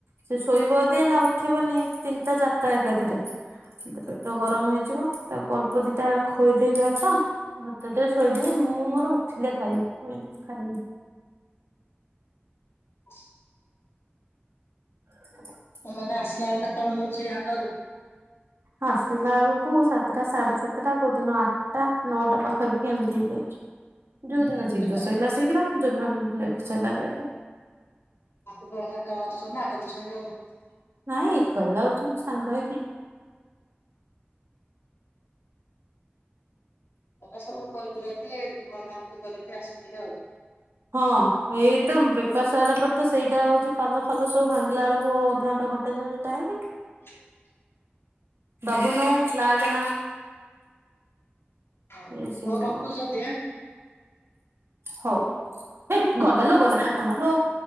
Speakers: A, on the right; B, on the left.
A: ସେ ଶୋଇବ ଅଦି ଏଇନା ଉଠିବନି ତିନିଟା ଚାଟା ଏକାଥରେ। ପେଟ ଗରମ ହେଇଯିବ ତାକୁ ଅଳ୍ପ ଦିଟା ଖୋଇଦେବି ଭାତ। <unintelligible> ଶୋଇଦେବି ମୁଁ ମୋର ଉଠିଲେ ଖାଇବି ମୁଁ ଏଇନା ଖାଇମିନି।
B: <unintelligible>
A: <inaudible>
B: ପୁଅ ମାନେ ଆସିଲା ଳେ କେତେବେଳ ହଉଛି ହାଟରୁ?
A: ଆସିଲା ଆଳକୁ ସାତଟା ସାଢେ ସାତଟା କୋଉଦିନ ଆ ଟା ନଅଟା ପାଖାପାଖି ଏମିତି ହେଇଯାଉଛି। ଯୋଉଦିନ ଶୀଘ୍ର
B: ଏକା
A: ସଇଲା
B: ଏକା
A: ଶୀଘ୍ର ଜଉ ଦିନ ଲେଟ୍ ସଇଲା ଲେଟ।
B: ଆସିଲା ବେଳେ ଏକାବେଳେ ଆସୁଛନ୍ତି ନାଁ ଆଗ ପଛ ହେଇକି ଆଉଛନ୍ତି।
A: ନାଇଁ ଏକା ବେଳେ ଅଉଚନ୍ତି ସାଙ୍ଗ ହେଇକି।
B: ତମେ ସବୁ କରିକୁରାକି ବନ୍ଧାବନ୍ଧୀ କରିକି ଆସୁଥିବେ ଆଉ।
A: ହଁ ଏଇ ତ ବେପାର ସଇଲା ପରେ ତ ସେଇଟା ହଉଛି ପାଲ ଫାଲ ସବୁ ଭାଙ୍ଗିଲା ବେଳକୁ ଅଧଘଣ୍ଟେ ଘ ଣ୍ଟେ <unintelligible> ଟାଇମ
B: <inaudible>
A: ବାବୁନୁ ଲାଗେନା।
B: ହଉ
A: ୟେଶ ଶି
B: ରଖୁଛି
A: ଡାଉନ।
B: <inaudible>
A: ହଉ। ହେ ଗଲା ଲୋ ଗଲା ଗଲା ଅନା ଲୋ